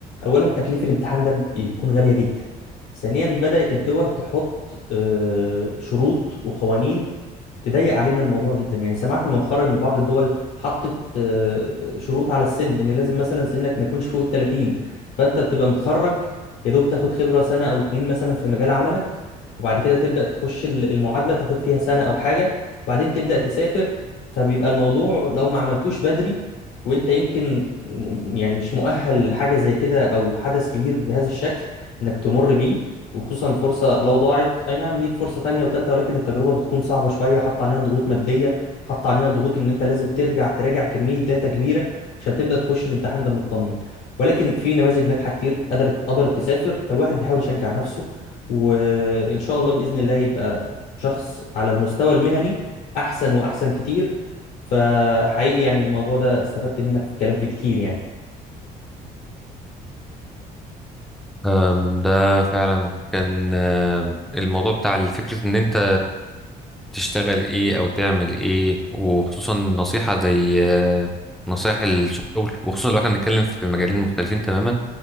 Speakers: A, on the left; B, in the centre.
A: اولا تكليف الامتحان ده بيكون غالية جدا ثانيا بدأت الدول تحط آه، شروط وقوانين تضيق علينا الموضوع جدا يعني سمعت مؤخرا ان بعض الدول حطت آه، شروط على السن ان لازم مثلا سنك ما يكونش فوق ال 30 فانت بتبقى متخرج يا دوب تاخد خبرة سنة او اتنين مثلا في مجال عملك وبعد كده تبدأ تخش ال- المعادلة تاخد فيها سنة او حاجة وبعدين تبدأ تسافر فبيبقى الموضوع لو ما عملتوش بدري وانت يمكن م- يعني مش مؤهل لحاجة زي كده او حدث كبير بهذا الشكل انك تمر بيه وخصوصا الفرصة لو ضاعت أي نعم ليك فرصة تانية وتالتة ولكن التجربة بتكون صعبة شوية حط علينا ضغوط مادية حط علينا ضغوط إن أنت لازم ترجع تراجع كمية داتا كبيرة عشان تبدأ تخش الامتحان ده مطمن ولكن في نماذج ناجحة كتير قدرت قدرت تسافر فالواحد بيحاول يشجع نفسه وإن شاء الله بإذن الله يبقى شخص على المستوى المهني أحسن وأحسن كتير فحقيقي يعني الموضوع ده استفدت منك في الكلام فيه كتير يعني
B: أم، ده فعلا كان أم، الموضوع بتاع فكرة ان انت تشتغل ايه او تعمل ايه وخصوصا نصيحة زي أه، نصائح الشغل وخصوصا لو احنا بنتكلم في مجالين مختلفين تماما